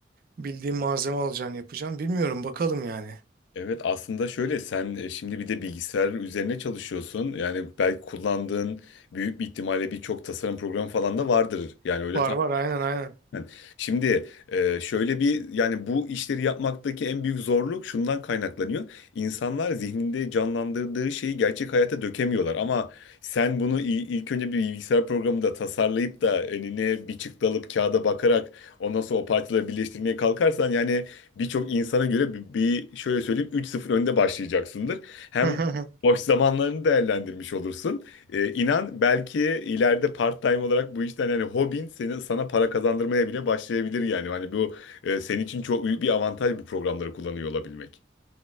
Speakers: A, on the right; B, on the left.
A: bildiğin malzeme alacaksın yapacaksın. Bilmiyorum bakalım yani.
B: Evet aslında şöyle sen e, şimdi bir de bilgisayar üzerine çalışıyorsun. Yani belki kullandığın büyük bir ihtimalle birçok tasarım programı falan da vardır. Yani öyle
A: Var var aynen
B: <laughs> Şimdi e, şöyle bir yani bu işleri yapmaktaki en büyük zorluk şundan kaynaklanıyor. İnsanlar zihninde canlandırdığı şeyi gerçek hayata dökemiyorlar ama sen bunu i- ilk önce bir bilgisayar programında tasarlayıp da önüne bir çıktı alıp kağıda bakarak ondan sonra o parçaları birleştirmeye kalkarsan yani birçok insana göre bir, bir şöyle söyleyeyim üç sıfır önde başlayacaksındır. Hem
A: aynen.
B: boş zamanlarını değerlendirmiş olursun. Ee, inan belki ileride part-time olarak bu işten hani hobin seni sana para kazandırmaya bile başlayabilir yani. Hani bu e, senin için çok büyük bir avantaj bu programları kullanıyor olabilmek.